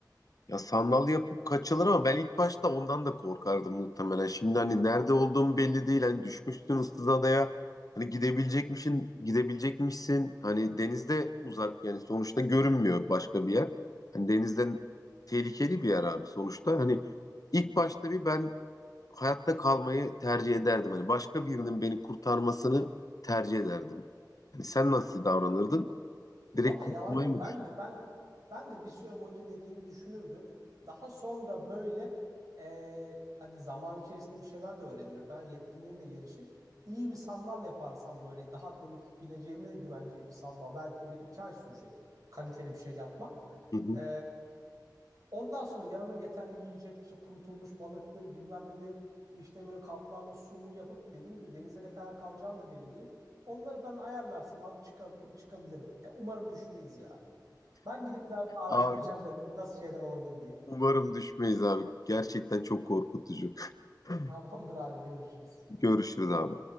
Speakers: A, on the left (about 55°); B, on the right (about 50°).
A: Ya sandal yapıp kaçılır ama ben ilk başta ondan da korkardım muhtemelen. Şimdi hani nerede olduğum belli değil. Hani düşmüşsün ıssız adaya. Hani gidebilecekmişsin, gidebilecekmişsin. Hani denizde uzak yani sonuçta görünmüyor başka bir yer. Hani denizden tehlikeli bir yer abi sonuçta. Hani ilk başta bir ben hayatta kalmayı tercih ederdim. Hani başka birinin beni kurtarmasını tercih ederdim. Hani sen nasıl davranırdın? Direkt
B: Valla
A: kurtulmayı
B: yalan yok.
A: mı
B: Ben
A: düşündün?
B: de ben ben de bir süre boyunca dediğini düşünürdüm. Daha sonra böyle eee, hadi zaman içerisinde bir şeyler de öğrenirim falan. Yetkinliğim de gelişir. İyi bir sandal yaparsam böyle daha böyle bineceğime de güveneceğim bir sandal. Belki böyle iki ay sürecek kaliteli bir şey yapmak.
A: Hı hı.
B: E, Ondan sonra yanıma yeterli yiyecek işte kurutulmuş balıktır bilmem nedir. İşte böyle kaplarla sumu yapıp dediğin gibi denizde ne kadar kalacağım da belli değil. Onları falan ayarlarsın abi çıka- çıkabilirim. Ya umarım düşmeyiz ya. Ben gidip biraz araştıracağım
A: Abi
B: bakayım nasıl şeyler olabilir diye.
A: Umarım düşmeyiz abi. Gerçekten çok korkutucu. <laughs>
B: Tamamdır abi görüşürüz.
A: Görüşürüz abi.